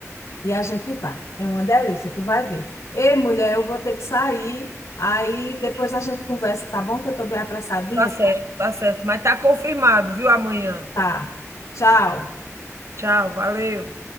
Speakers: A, on the left; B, on the right.
A: E a gente vai. É uma delícia, tu vai ver. Ei, mulher, eu vou ter que sair. Aí depois a gente conversa, tá bom? Que eu tô bem apressadinha?
B: Tá certo, tá certo. Mas tá confirmado, viu? Amanhã.
A: Tá. Tchau.
B: Tchau, valeu.